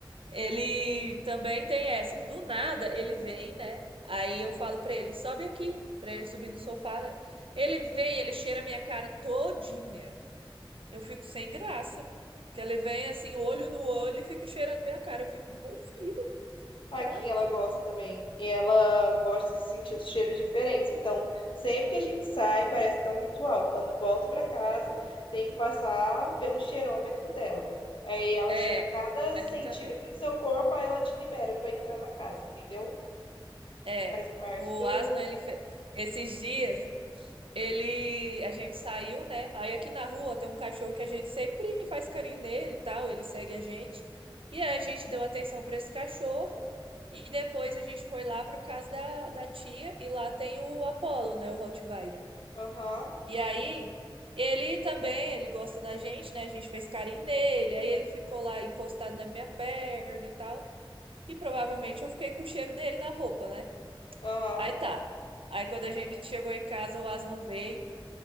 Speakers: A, on the right (about 75°); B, on the left (about 65°).
A: ele também tem essa. Do nada ele vem, né? Aí eu falo pra ele, sobe aqui, pra ele subir no sofá, né? Ele vem, ele cheira a minha cara todinha. Eu fico sem graça. Que ele vem assim, olho no olho e fica cheirando minha cara. Eu fico, meu filho,
B: A
A: calma.
B: Kim, ela gosta também. E ela gosta de sentir os cheiros diferentes. Então, sempre que a gente sai, parece que é um ritual. Quando volta para casa, tem que passar pelo cheirômetro dela. Aí ela
A: É,
B: cheira cada
A: aqui
B: centímetro
A: também.
B: do seu corpo, aí ela te libera para entrar na casa, entendeu?
A: É.
B: Faz parte
A: O
B: do.
A: Aslan, ele fe... esses dias, ele a gente saiu, né? Aí aqui na rua tem um cachorro que a gente sempre faz carinho nele e tal, ele segue a gente. E aí a gente deu atenção para esse cachorro e depois a gente foi lá para casa da, da tia e lá tem o Apollo, né, o Rottweiler.
B: Aham,
A: E aí, ele também, ele gosta da gente, né? A gente fez carinho nele, aí ele ficou lá encostado na minha perna e tal. E provavelmente eu fiquei com o cheiro dele na roupa, né?
B: aham.
A: Aí tá. Aí quando a gente chegou em casa, o Aslan veio,